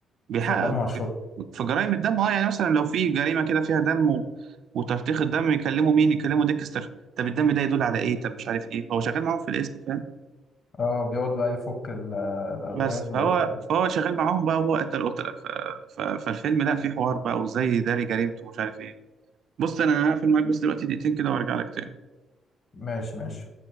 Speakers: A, on the right; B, on the left.
A: بيحقق
B: شغال مع الشرطة
A: في جرائم الدم اه يعني مثلا لو في جريمه كده فيها دم و... وترتيخ الدم يكلموا مين يكلموا ديكستر طب الدم ده يدل على ايه طب مش عارف ايه هو شغال معاهم في الاسم فاهم
B: اه وبيقعد بقى يفك ال- الالغاز
A: بس فهو
B: بقى وكده
A: فهو شغال معاهم بقى وهو قتل قتله ف... ف... فالفيلم لا فيه حوار بقى وازاي يداري جريمته ومش عارف ايه بص انا هقفل معاك بس دلوقتي دقيقتين كده وارجع لك تاني
B: ماشي ماشي